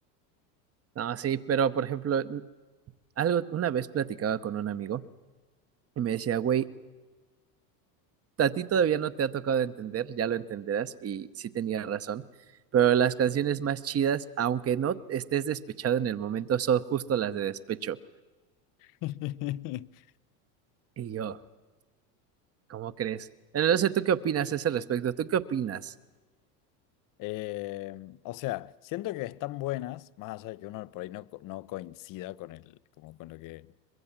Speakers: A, on the right; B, on the left.
A: No, sí, pero por ejemplo, n- algo, una vez platicaba con un amigo y me decía, güey, a ti todavía no te ha tocado entender, ya lo entenderás, y sí tenía razón, pero las canciones más chidas, aunque no estés despechado en el momento, son justo las de despecho.
B: <laughs>
A: Y yo, ¿cómo crees? Bueno, no sé, ¿tú qué opinas a ese respecto? ¿Tú qué opinas?
B: Eh, o sea, siento que están buenas, más allá de que uno por ahí no, co- no coincida con el, como con lo que